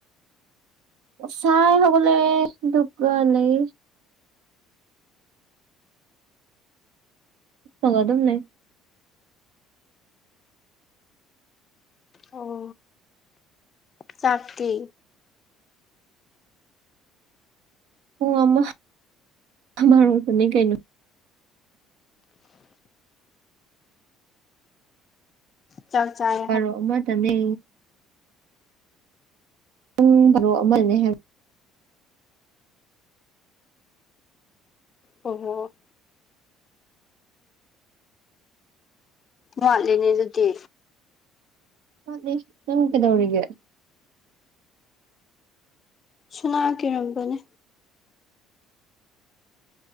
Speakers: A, on the right; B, on the left.
A: ꯉꯥꯁꯥꯏ ꯍꯧꯒꯠꯂꯦ ꯑꯗꯨꯒꯂꯩ ꯁꯒ ꯑꯗꯨꯝ ꯂꯩ
B: ꯑꯣ ꯆꯥꯛꯇꯤ
A: ꯄꯨꯡ ꯑꯃ ꯃꯔꯨꯗꯅꯤ ꯀꯩꯅꯣ
B: ꯆꯥꯛ ꯆꯥꯏ
A: ꯕꯔꯣ ꯑꯃꯗꯅꯦ ꯄꯨꯡ ꯄꯥꯔꯣ ꯑꯃꯅꯦ ꯍꯥꯏꯕ
B: ꯑꯣ ꯍꯣ ꯌꯠꯂꯤꯅꯦ ꯑꯗꯨꯗꯤ
A: ꯋꯥꯠꯂꯤ ꯅꯪ ꯀꯩꯗꯧꯔꯤꯒꯦ
B: ꯁꯨꯅꯥ ꯀꯤꯔꯝꯕꯅꯦ